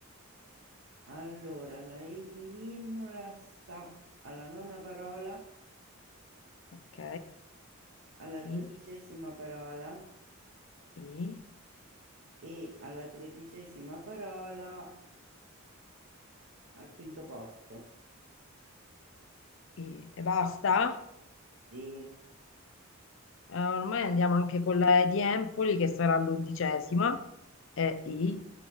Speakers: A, on the right (about 65°); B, on the left (about 60°).
A: Allora, la I di Imola sta alla nona parola,
B: Ok.
A: alla dodicesima
B: I,
A: parola
B: I,
A: E alla tredicesima parola, al quinto posto.
B: I. E basta.
A: Sì,
B: Eh, ormai andiamo anche con la E di Empoli che sarà l'undicesima. E I,